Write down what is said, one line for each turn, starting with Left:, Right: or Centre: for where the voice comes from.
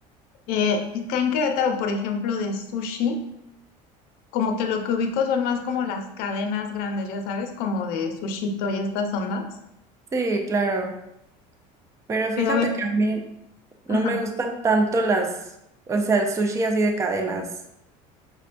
Left: Eh, acá en Querétaro, por ejemplo, de sushi, como que lo que ubico son más como las cadenas grandes, ya sabes, como de Sushito y estas ondas,
Right: Sí, claro. Pero fíjate
Left: pero ve,
Right: que a mí no
Left: ajá.
Right: me gustan tanto las, o sea, el sushi así de cadenas.